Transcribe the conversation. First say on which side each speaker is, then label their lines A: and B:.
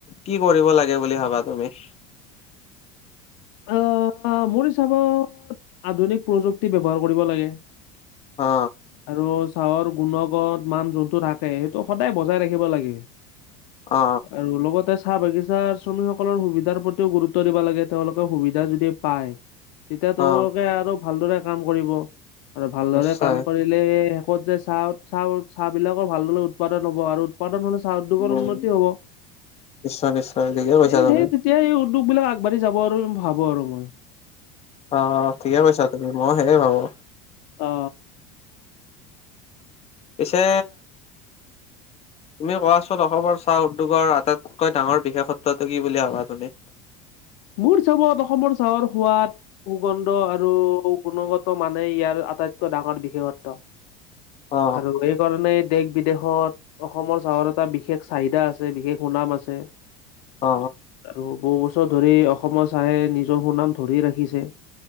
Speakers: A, on the left; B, on the left.
A: কি কৰিব লাগে বুলি ভাবা তুমি?
B: আহঁ মোৰ হিচাপত আধুনিক প্ৰযুক্তি ব্যৱহাৰ কৰিব লাগে।
A: অ
B: আৰু চাহৰ গুণগত মান যোনটো থাকে সেইটো সদায় বজাই ৰাখিব লাগে।
A: অ
B: আৰু লগতে চাহ বাগিচা শ্ৰমিকসকলৰ সুবিধাৰ প্ৰতিও গুৰুত্ব দিব লাগে তেওঁলোকে। সুবিধা যদি পায় তেতিয়া তেওঁলোকে
A: অ
B: আৰু ভালদৰে কাম কৰিব। আৰু ভালদৰে
A: নিশ্চয়
B: কাম কৰিলে শেষত যে চাহ চাহ চাহবিলাকৰ ভালদৰে উৎপাদন হ'ব আৰু। পতন হ'লে চাহ উদ্যোগৰ
A: উম
B: উন্নতি হব।
A: নিশ্চয় নিশ্চয় ঠিকে কৈছা
B: সেই
A: তুমি
B: সেই- এতিয়া এই উদ্যোগবিলাক আগবাঢ়ি যাব আৰু ভাবো আৰু মই।
A: অঁ ঠিকে কৈছা তুমি মই সেয়ে ভাবো-
B: অ
A: পিছে
B: <inaudible>
A: তুমি কোৱাচোন অসমৰ চাহ উদ্যোগৰ আটাইতকৈ ডাঙৰ বিশেষত্বটো কি বুলি ভাবা তুমি?
B: মোৰ হিচাপত অসমৰ চাহৰ সোৱাদ সুগন্ধ আৰু গুণগত মানে ইয়াৰ আটাইতকৈ ডাঙৰ বিশেষত্ব।
A: অ
B: আৰু এই কাৰনেই দেশ বিদেশত অসমৰ চাহত এটা বিশেষ চাহিদা আছে, বিশেষ সুনাম আছে।
A: অ
B: আৰু বহু বছৰ ধৰি অসমৰ চাহে নিজৰ সুনাম ধৰি ৰাখিছে।